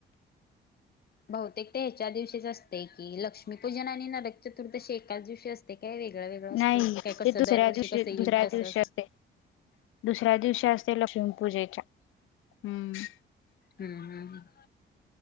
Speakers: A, on the left; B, on the left.
A: बहुतेक ते ह्याच्या दिवशीच असते की लक्ष्मीपूजन आणि नरक चतुर्थशी एकाच दिवशी असते ते काय वेगळा वेगळं असते
B: नाही
A: काय कसं
B: ते दुसऱ्या
A: दरवर्षी
B: दिवशी
A: कसं येईल
B: दुसऱ्या
A: तसं
B: दिवशी असते दुसऱ्या दिवशी असते लक्ष्मी पूजेच्या हम्म
A: हम्म हम